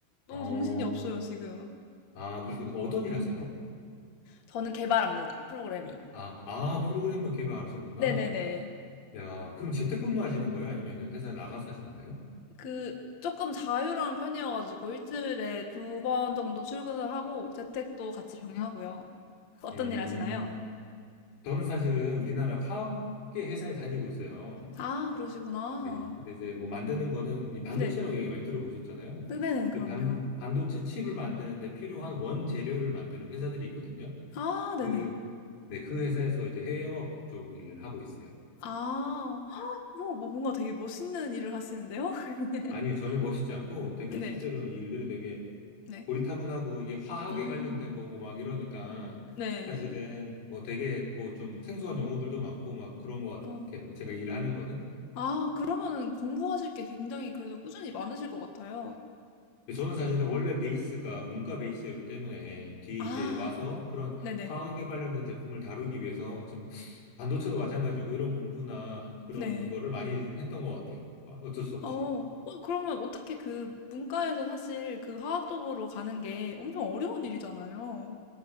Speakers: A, on the left; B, on the left.
A: 너무
B: 어,
A: 정신이 없어요, 지금.
B: 아, 그러시구나. 어떤 일 하세요?
A: 저는 개발합니다. 프로그래밍.
B: 아, 아, 프로그램을 개발하시는구나.
A: 네네네.
B: 야, 그럼 재택근무 하시는 거예요? 아니면 회사 나가서 하시는 거예요?
A: 그, 조금 자유로운 편이어가지고 일주일에 두 번 정도 출근을 하고 재택도 같이 병행하고요. 어떤
B: 음,
A: 일 하시나요?
B: 저는 사실은 우리나라 화학계 회사에 다니고 있어요.
A: 아, 그러시구나.
B: 네. 근데 이제 뭐 만드는 거는 이 반도체라고
A: 네.
B: 얘기 많이 들어보셨잖아요.
A: 네네네. 그럼요.
B: 이 반, 반도체 칩을 만드는데 필요한 원재료를 만드는 회사들이 있거든요.
A: 아
B: 그,
A: 네네.
B: 네, 그 회사에서 이제 해외 영업 쪽 일을 하고 있어요.
A: 아. 뭐 뭐 뭔가 되게 멋있는 일을 하시는데요? <laughs>
B: 아니, 전혀 멋있지 않고 되게
A: 네.
B: 실제로는 이 일들이 되게
A: 네.
B: 고리타분하고 이게 화학에
A: 음.
B: 관련된 거고 막 이러니까
A: 네.
B: 사실은 뭐 되게 뭐 좀 생소한 용어들도 많고 막 그런 것
A: 어.
B: 같아요. 제가 일하는 거는.
A: 아 그러면은 공부하실 게 굉장히 그래도 꾸준히 많으실 것 같아요.
B: 저는 사실은 원래 베이스가 문과 베이스였기 때문에 뒤에
A: 아.
B: 이제 와서 그런
A: 네네.
B: 화학에 관련된 제품을 다루기 위해서 좀 반도체도 마찬가지고 이런 공부나 그런
A: 네.
B: 거를 많이 했던 것 같아요. 와, 어쩔 수 없이.
A: 어. 어 그러면 어떻게 그 문과에서 사실 그 화학 쪽으로 가는 게 엄청 어려운 일이잖아요.